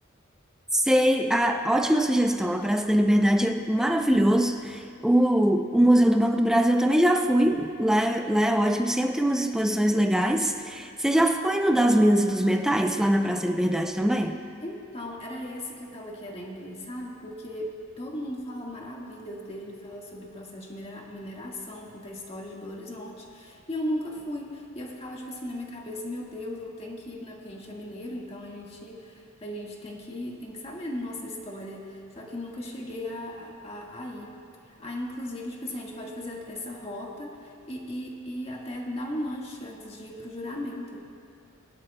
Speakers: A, in the centre; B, on the left (about 30°).
A: Sei, a, ótima sugestão. A Praça da Liberdade é maravilhoso. O, o Museu do Banco do Brasil eu também já fui. Lá, é- lá é ótimo, sempre tem umas exposições legais. Você já foi no das Minas e dos Metais, lá na Praça da Liberdade também?
B: Então, era esse que eu tava querendo ir, sabe? Porque todo mundo fala maravilhas dele, fala sobre o processo de minera- mineração, conta a história de Belo Horizonte, e eu nunca fui. E eu ficava, tipo assim, na minha cabeça, meu Deus, eu tenho que ir, né? Porque a gente é mineiro, então a gente, a gente tem que, tem que saber a nossa história. Só que nunca cheguei a, a, a, a ir. Aí, inclusive, tipo assim, a gente pode fazer essa rota e, e, e até dar um lanche antes de ir pro juramento.